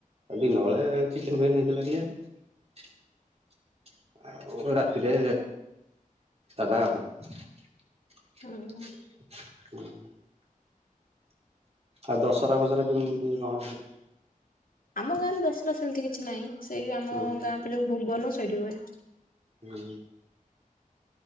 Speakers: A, on the right (about 45°); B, on the left (about 85°).
A: ଦିନବେଳେ ଚିକେନ ଫିକେନ ହେଇଥିଲା ଟିକେ। ଆଉ ରାତିରେ ସାଧା ଆଉ। ହୁଁ।
B: ହଁ
A: ଆଉ ଦଶହରା ଫସରା କେମିତି କଣ ସେଠ୍
B: ଆମ ଗାଁ ରେ ଦଶରା ସେମିତି କିଛି ନାହିଁ ସେଇ ଆମ
A: ହୁଁ
B: ଗାଁ <unintelligible> ଭୁବନ ସେଇଠି ହୁଏ।
A: ହୁଁ।